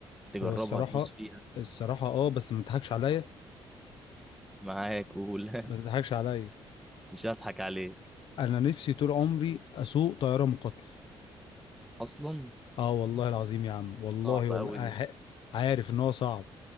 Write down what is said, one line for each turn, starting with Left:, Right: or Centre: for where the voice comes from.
Centre: تجربها
Left: هو الصراحه
Centre: تدوس فيها
Left: الصراحه اه بس ما تضحكش عليا
Centre: معاك قول
Left: ما تضحكش عليا
Centre: <laughs> مش هضحك عليك
Left: انا نفسي طول عمري اسوق طياره مقاتله
Centre: أصلا
Left: اه والله العظيم يا عم والله
Centre: صعبة
Left: والله
Centre: أوي
Left: أنا
Centre: دي
Left: ح... عارف ان هو صعب